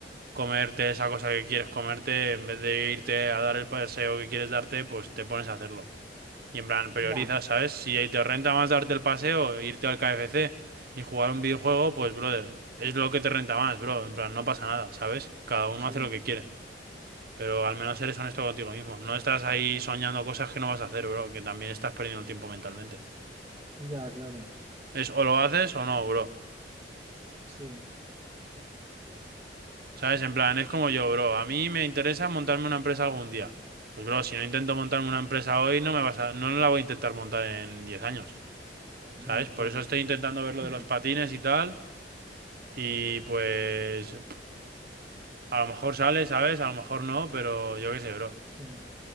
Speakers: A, on the right; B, on the right.
A: comerte esa cosa que quieres comerte, en vez de irte a dar el paseo que quieres darte, pues te pones a hacerlo. Y en plan, priorizas,
B: ya,
A: ¿sabes? Si ahí te renta más darte el paseo, irte al KFC y jugar un videojuego, pues, brother, es lo que te renta más, bro. En plan, no pasa nada, ¿sabes? Cada uno
B: sí,
A: hace lo que quiere. Pero al menos eres honesto contigo mismo. No estás ahí soñando cosas que no vas a hacer, bro, que también estás perdiendo el tiempo mentalmente.
B: ya, claro.
A: Es o lo haces o no, bro.
B: Sí,
A: ¿Sabes? En plan, es como yo, bro. A mí me interesa montarme una empresa algún día. Pues, bro, si no intento montarme una empresa hoy, no me vas a, no la voy a intentar montar en 10 años.
B: ya,
A: ¿Sabes? Por
B: claro.
A: eso estoy intentando ver lo
B: <clears throat>
A: de los patines y tal. Y pues, a lo mejor sale, ¿sabes? A lo mejor no, pero yo qué sé, bro.
B: Sí,